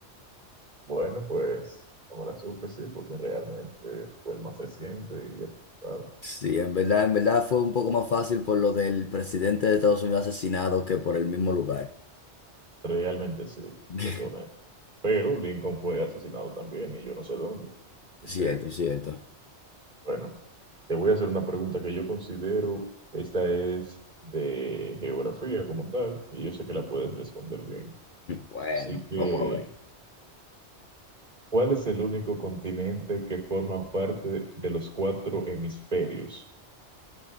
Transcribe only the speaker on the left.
Sí, en verdad, en verdad fue un poco más fácil por lo del presidente de Estados Unidos asesinado que por el mismo lugar.
<laughs>
Cierto,
cierto.
Bueno,
vamos a ver.